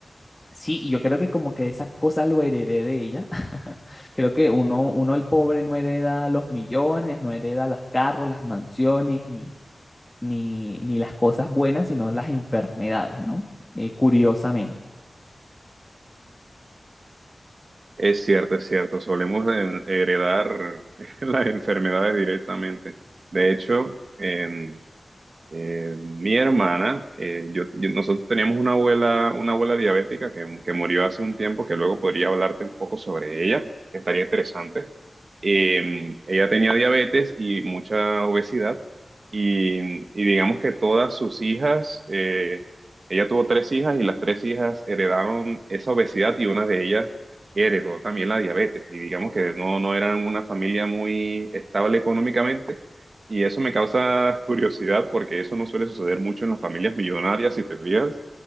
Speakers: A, on the left; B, on the right.
A: Sí, y yo creo que como que esa cosa lo heredé de ella. <laughs> Creo que uno, uno el pobre no hereda los millones, no hereda los carros, las mansiones, ni, ni, ni las cosas buenas, sino las enfermedades, ¿no? Eh, curiosamente.
B: Es cierto, es cierto. Solemos en- heredar <laughs> las enfermedades directamente. De hecho, en- eh, mi hermana, eh, yo, yo- nosotros teníamos una abuela, una abuela diabética que, que murió hace un tiempo, que luego podría hablarte un poco sobre ella, que estaría interesante. Eh, ella tenía diabetes y mucha obesidad y, y digamos que todas sus hijas, eh, ella tuvo tres hijas y las tres hijas heredaron esa obesidad y una de ellas heredó también la diabetes y digamos que no, no eran una familia muy estable económicamente y eso me causa curiosidad porque eso no suele suceder mucho en las familias millonarias, si te fijas.